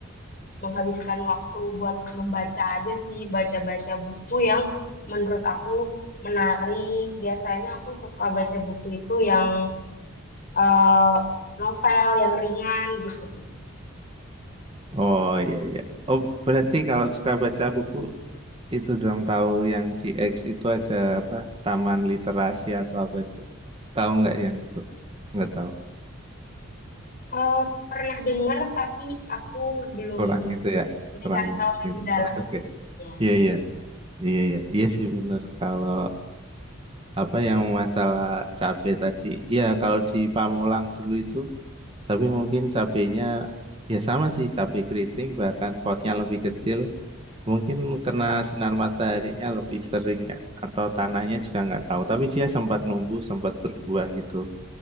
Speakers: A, on the left; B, on the right.
A: menghabiskan waktu buat membaca aja sih, baca-baca buku yang menurut aku menarik. Biasanya aku suka baca buku itu yang eh, novel yang ringan gitu sih.
B: Oh iya iya. Oh berarti kalau suka baca buku itu dong tahu yang di X itu ada apa Taman Literasi atau apa itu? Tahu nggak yang itu? Nggak tahu.
A: Eh, pernah dengar tapi aku belum
B: Kurang itu ya.
A: mencari
B: Kurang. itu.
A: tahu lebih dalam.
B: Oke oke.
A: Ya,
B: Iya iya iya iya. Iya sih bener kalau apa yang masalah cabe tadi. Iya kalau di Pamulang dulu itu. Tapi mungkin cabenya ya sama sih cabe keriting bahkan potnya lebih kecil. Mungkin kena sinar mataharinya lebih sering ya, atau tanahnya juga nggak tahu. Tapi dia sempat numbuh, sempat berbuah gitu.